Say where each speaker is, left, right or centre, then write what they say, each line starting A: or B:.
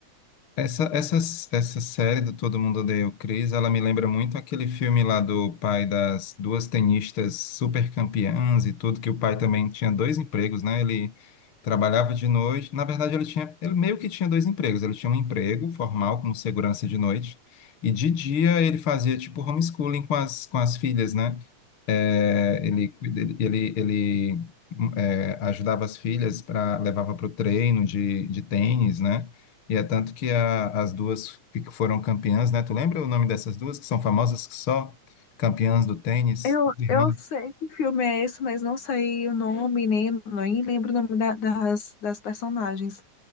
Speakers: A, on the left; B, on the left.
A: Essa, essa, essa série do Todo Mundo Odeia o Chris, ela me lembra muito aquele filme lá do pai das duas tenistas super campeãs e tudo, que o pai também tinha dois empregos, né? Ele trabalhava de noite. Na verdade, ele tinha, ele meio que tinha dois empregos. Ele tinha um emprego formal como segurança de noite, e de dia ele fazia tipo homeschooling com as, com as filhas, né? É, ele, cuida- ele, ele, é, ajudava as filhas para levava para o treino de, de tênis, né? E é tanto que a- as duas que foram campeãs, né? Tu lembra o nome dessas duas que são famosas que só campeãs do tênis?
B: Eu,
A: Irmã.
B: eu sei que filme é esse, mas não sei o nome, nem, nem lembro o nome da- das, das personagens.